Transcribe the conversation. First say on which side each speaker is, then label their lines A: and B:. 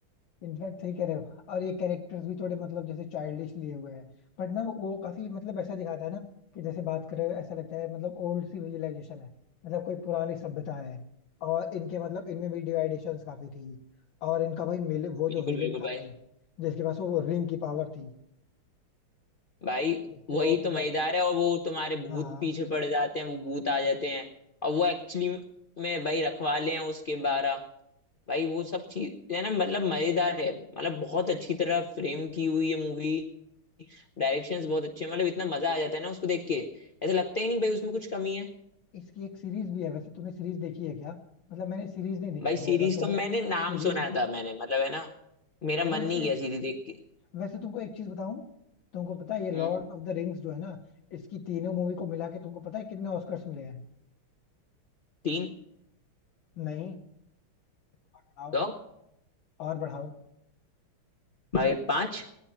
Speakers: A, on the left; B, on the left.
A: इनफैक्ट सही कह रहे हो और ये कैरेक्टर्स भी थोड़े मतलब जैसे चाइल्डिश लिए हुए हैं बट ना वो काफी मतलब ऐसा दिखाता है ना कि जैसे बात कर रहे हो ऐसा लगता है मतलब ओल्ड सिविलाइजेशन है मतलब कोई पुरानी सभ्यता है और इनके मतलब इनमें भी डिवाइडेशंस काफी थी और इनका भाई मिल वो जो
B: बिल्कुल
A: विलेन
B: बिल्कुल
A: था
B: भाई
A: भाई जिसके पास वो रिंग की पावर थी
B: भाई
A: जिससे
B: वही
A: वो मतलब
B: तो मजेदार है और वो तुम्हारे भूत
A: हाँ हाँ।
B: पीछे पड़ जाते हैं वो भूत आ जाते हैं और वो एक्चुअली में भाई रखवाले हैं उसके बारह भाई वो सब चीज है ना मतलब मजेदार है मतलब बहुत अच्छी तरह फ्रेम की हुई है मूवी डायरेक्शंस बहुत अच्छे हैं मतलब इतना मजा आ जाता है ना उसको देख के ऐसा लगता ही नहीं भाई उसमें कुछ कमी है
A: इसकी एक सीरीज भी है वैसे तुमने सीरीज देखी है क्या मतलब मैंने सीरीज नहीं देखी
B: भाई सीरीज
A: है अगर तुमने
B: तो मैंने नाम
A: सीरीज
B: सुना था मैंने मतलब है ना मेरा
A: अरे
B: मन
A: उसके
B: नहीं गया सीरीज देख के
A: वैसे तुमको एक चीज बताऊं तुमको पता है ये लॉर्ड
B: हम्म,
A: ऑफ द रिंग्स जो है ना इसकी तीनों मूवी को मिला के तुमको पता है कितने ऑस्कर्स मिले हैं
B: तीन
A: नहीं आओ
B: दो
A: और बढ़ाओ
B: भाई पांच